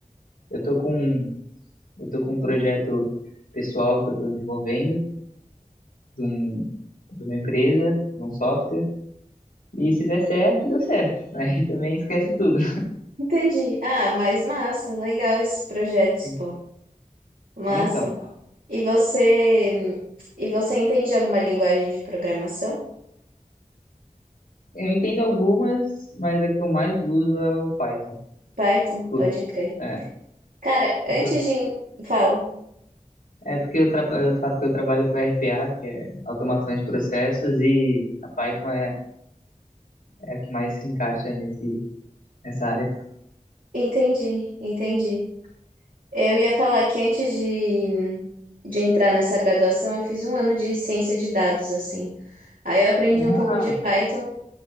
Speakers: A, on the left; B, on the right.
A: eu tô com, eu tô com um projeto pessoal que eu tô desenvolvendo, de um, de uma empresa, de um software. E se der certo, deu certo. <laughs> Aí também esquece tudo.
B: entendi. Ah, mas massa, legal esses projetos,
A: Sim.
B: pô. Massa.
A: É, então,
B: E você, e você entende alguma linguagem de programação?
A: eu entendo algumas, mas a que eu mais uso é o Python.
B: Python,
A: Por-
B: pode crer.
A: É,
B: Cara,
A: porque,
B: antes
A: eu-
B: de... en- Fala.
A: é porque eu, traba- eu falo que eu trabalho com RPA, que é automação de processos, e a Python é, é a que mais se encaixa nesse, nessa área.
B: Entendi, entendi. Eu ia falar que antes de, de entrar nessa graduação, eu fiz um ano de ciência de dados, assim. Aí eu aprendi
A: Ah,
B: um pouco de Python,